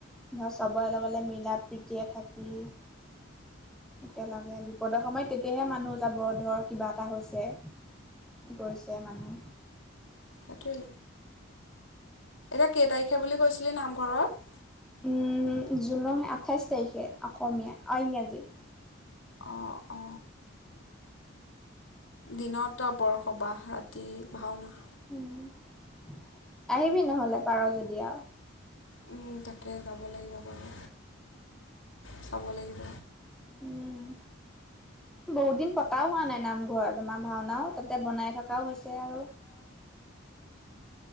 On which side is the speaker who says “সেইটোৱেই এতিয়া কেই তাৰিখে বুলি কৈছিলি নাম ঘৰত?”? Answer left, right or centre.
Left